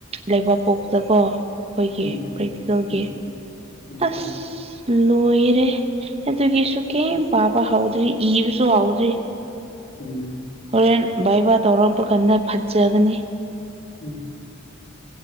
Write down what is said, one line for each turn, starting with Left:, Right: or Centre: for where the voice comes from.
Right: ꯂꯩꯕꯥꯛ ꯄꯣꯛꯄꯗꯀꯣ ꯑꯩꯈꯣꯏꯒꯤ
Left: ꯎꯝ
Right: ꯄ꯭ꯔꯦꯛꯇꯤꯀꯦꯜꯒꯤ
Left: ꯎꯝ ꯑꯠꯆꯥ
Right: ꯑꯁ ꯂꯣꯏꯌꯦ ꯑꯦ ꯑꯗꯨꯒꯤꯁꯨ ꯀꯦ ꯕꯥ ꯍꯥꯎꯗ꯭ꯔꯔꯤ ꯏꯕꯁꯨ ꯍꯥꯎꯗ꯭ꯔꯤ
Left: ꯎꯝ
Right: ꯍꯣꯔꯦꯟ ꯕꯥꯏ ꯕꯥ ꯇꯧꯔꯛꯄ ꯀꯥꯟꯗ ꯐꯠꯖꯒꯅꯤ
Left: ꯎꯝ